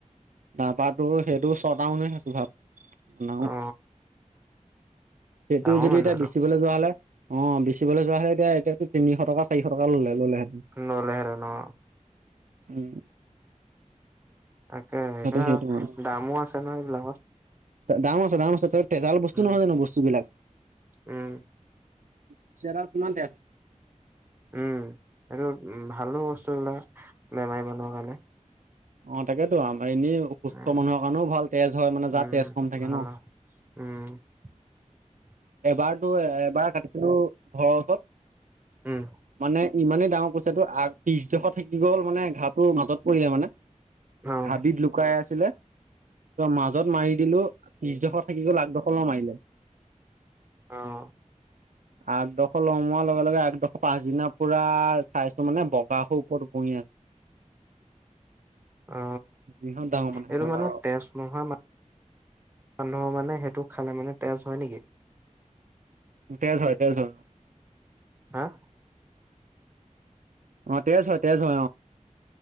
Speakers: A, on the right; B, on the right.
A: তাৰপৰাটো সেইটো ছটাওনেছো ভাব
B: অ
A: সেইটো
B: ডাঙৰ
A: যদি
B: মানুহ
A: এতিয়া বিচিবলৈ যোৱা হ'লে অ বেচিবলৈ যোৱা হলে এতিয়া এতিয়াতো তিনিশ টকা চাৰিশ টকা ললে ল'লেহেতেন
B: আৰু ললেহেঁতেন অ
A: উম
B: তাকে
A: সেইটো
B: এয়া
A: সেইটো মানে
B: দামো আছে নহ এইবিলাকত
A: দাম আ দাম আছে ত তেজাল বস্তু
B: উম
A: নহয় জানো বস্তু বিলাক
B: উম
A: পিছে এটাত কিমানকে
B: উম এইটো উ ভালো বস্তুবিলাক বেমাৰী মানুহৰ কাৰণে
A: অ, তাকেই তো এনেই সুস্থ
B: উম,
A: মানুহৰ কাৰণেও ভাল তেজ হয়, মানে
B: উম,
A: যাৰ তেজ কম থাকে
B: ভাল
A: ন'।
B: <inaudible>
A: এবাৰতো এবাৰ কাটিছিলো ঘৰৰ ওচৰত।
B: উম,
A: মানে ইমানেই ডাঙৰ কইছ সেইটো আগ পিছ দখৰ থাকি গ'ল মানে ঘাঁপটো মাজত পৰিলে মানে
B: অ',
A: হাবিত লুকাই আছে আছিলে, মাজত মাৰি দিলো পিছদখৰ থাকি গ'ল আগদখৰ লৰ মাৰিলে।
B: অ',
A: আঠডোখৰ লমোৱাৰ লগে লগে আঠডোখৰ পাছদিনাাৰ পুৰা চাইছো মানে বগা সো ওপৰত বহি আছে
B: <inaudible> অ
A: ইহঁত ডাঙৰ
B: এইটো
A: সিহঁতৰ
B: মানে তেজ নোহোৱা মানুহক মানে সেইটো খালে মানে তেজ হয় নেকি
A: তেজ হয় তেজ হয়
B: হা
A: অ তেজ হয় তেজ অ